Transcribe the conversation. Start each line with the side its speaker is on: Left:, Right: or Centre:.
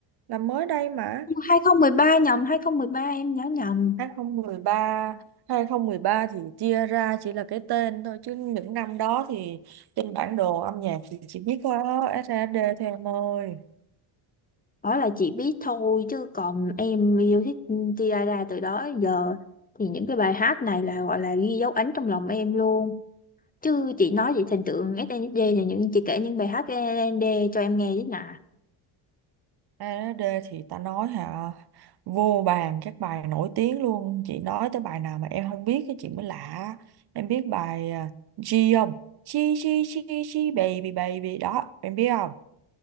Right: Là mới đây mà.
Left: 20 ba nhầm hai không một ba em nhớ nhầm.
Right: 2013 2013 thì chia ra chỉ là cái tên thôi chứ những năm đó thì trên bản đồ âm nhạc thì chỉ biết có ét A SAD thôi em ơi
Left: đó là chị biết thôi chứ còn em yêu thích Tiara từ đó đến giờ thì những cái bài hát này là gọi là ghi dấu ấn trong lòng em luôn chứ chị nói về thần tượng SNSD là những chị kể những bài hát của SNSD cho em nghe chứ nè
Right: SAD thì ta nói hả vô bàn các bài nổi tiếng luôn chị nói tới bài nào mà em không biết cái chị mới lạ em biết bài à, G không G G G G baby baby đó em biết không